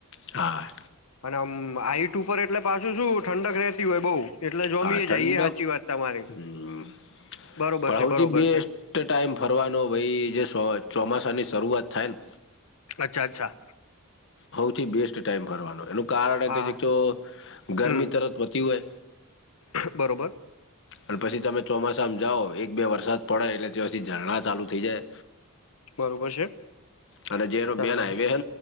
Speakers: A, on the left (about 60°); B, on the left (about 80°).
A: હા.
B: અને આમ હઈટ ઉપર એટલે પાછું શું ઠંડક રહેતી હોય બઉુ. એટલે જામીએ
A: હા ઠંડક
B: જાય એ સાચી વાત તમારી
A: હમ
B: બરોબર
A: પણ સૌથી
B: છે બરોબર
A: બેસ્ટ
B: છે.
A: ટાઈમ ફરવાનો ભાઈ જેો ચોમાસાની શરૂઆત થાય ને.
B: અચ્છા અચ્છા
A: સૌથી બેસ્ટ ટાઈમ ફરવાનો એનું કારણ
B: હા
A: કે એકતો ગરમી
B: હમ
A: તરત પતી હોય
B: બરોબર.
A: અને પછી તમે ચોમાસામાં જાઓ એક બે વરસાદ પડે એટલે પછી ઝરણા ચાલુ થઇ જાય.
B: બરોબર છે.
A: અને જેનો
B: ચરણા
A: મેન હાઈવે હે